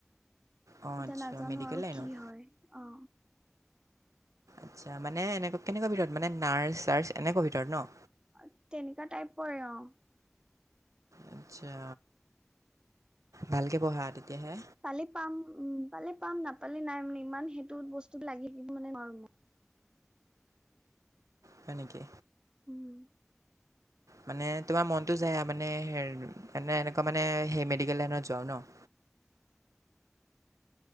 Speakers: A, on the right; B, on the right.
A: অঁ
B: এতিয়া
A: আচ্ছা
B: নাজানো
A: মেডিকেল
B: আৰু
A: লাইনত
B: কি হয়, অ।
A: আচ্ছা মানে এনে কেনেকুৱা ভিতৰত মানে নাৰ্চ চাৰ্চ এনেকুৱা ভিতৰত ন।
B: অ', তেনেকুৱা টাইপৰে অ'।
A: আতছা, ভালকে পঢ়া তেতিয়াহে।
B: পালে পাম, উম, পালে পাম, নাপালে নাই, ইমান সেইটো বস্তু লাগি থাকিব মানে নোৱাৰোঁ মই।
A: হয়, নেকি?
B: উম
A: মানে তোমাৰ মনটো যায় মানে, এনে এনেকুৱা মানে সেই মেডিকেল লাইনত যোৱা ন'?